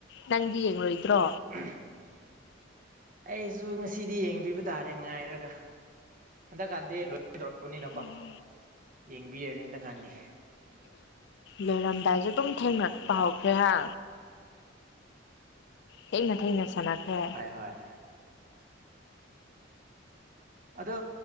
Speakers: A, on the left (about 60°); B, on the right (about 45°).
A: ꯅꯪꯗꯤ ꯌꯦꯡꯂꫭꯏꯗ꯭ꯔꯣ
B: ꯎꯝ ꯑꯩꯁꯨ ꯉꯁꯤꯗꯤ ꯌꯦꯡꯕꯤꯕ ꯇꯥꯔꯦ ꯉꯥꯏꯔꯒ ꯍꯟꯗꯛꯀꯥꯟꯗꯤ ꯗꯧꯔꯕꯅꯤꯅꯀꯣ
A: ꯎꯝ
B: ꯌꯦꯡꯕꯤꯔꯅꯤꯅ ꯀꯥꯟꯗꯤ
A: ꯂꯣꯏꯔꯝꯗꯥꯏꯁꯦ ꯑꯗꯨꯝ ꯊꯦꯡꯅ ꯄꯥꯎ ꯈ꯭ꯔꯦꯍ ꯊꯦꯡꯅ ꯊꯦꯡꯅ ꯁꯥꯟꯅꯈ꯭ꯔꯦ
B: ꯍ ꯍꯣꯏ ꯑꯗꯣ